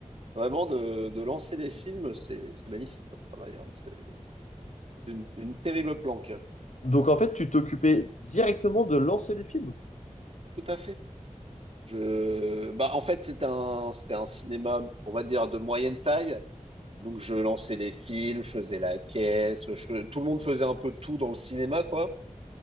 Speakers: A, on the right (about 50°); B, on the left (about 70°).
A: Vraiment, de, de lancer les films, c'est c'est magnifique comme travail. hein. C'est c'est une, une terrible planque.
B: Donc, en fait, tu t'occupais directement de lancer les films?
A: Tout à fait. Je, bah, en fait, c'était un, c'était un cinéma, on va dire, de moyenne taille. Donc, je lançais les films, je faisais la caisse, je- tout le monde faisait un peu tout dans le cinéma, quoi.